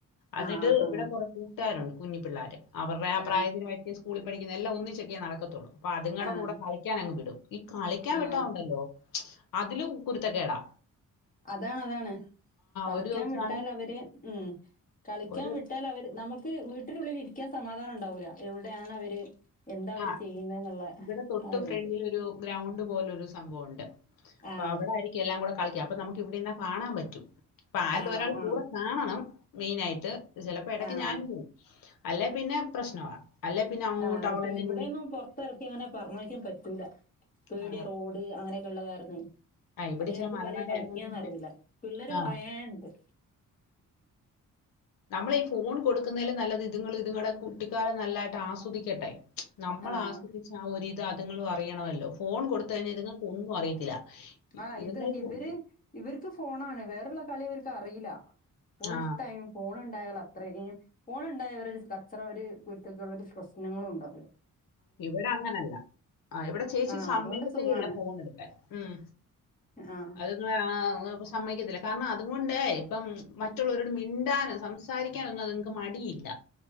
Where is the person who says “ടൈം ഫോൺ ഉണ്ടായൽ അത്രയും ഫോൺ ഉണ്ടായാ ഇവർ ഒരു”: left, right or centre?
Left